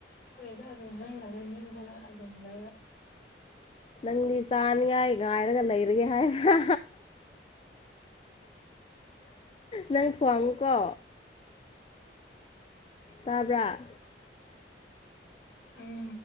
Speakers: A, on the left; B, on the left.
A: ꯑꯗ ꯑꯗꯨ ꯉꯅ ꯑꯗꯨ ꯃ
B: ꯅꯪꯗꯤ ꯆꯥꯅꯤꯉꯥꯏ ꯉꯥꯏꯔꯒ ꯂꯩꯔꯒꯦ ꯍꯥꯏꯕ꯭ꯔꯥ ꯅꯪ ꯊꯋꯥꯉꯨꯀꯣ ꯇꯥꯕ꯭ꯔ
A: ꯎꯝ